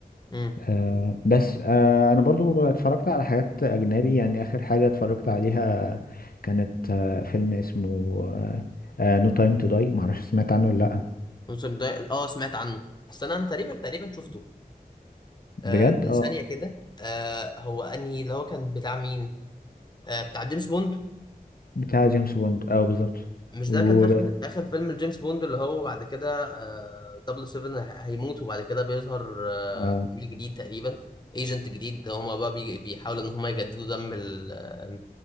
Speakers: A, on the left; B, on the left.
A: امم
B: آه، بس آه، انا برضو اتفرجت على حاجات اجنبي يعني اخر حاجة اتفرجت عليها كانت آه، فيلم اسمه نو تايم تو داي معرفش سمعت عنه ولا لا
A: الموسم ده اه سمعت عنه بس انا أنا تقريبا تقريبا شفته آه،
B: بجد اه
A: ثانيه كده آه، هو انهي اللي هو كان بتاع مين آه، بتاع جيمس بوند
B: بتاع جيمس بوند اه بالظبط
A: مش
B: و
A: ده كان اخر اخر فيلم لجيمس بوند اللي هو بعد كده آه 007 ه- هيموت وبعد كده بيظهر آه
B: آه،
A: عميل جديد تقريبا ايجنت جديد هما بقى بي- بيحاولوا ان هما يجددوا دم ال- آه،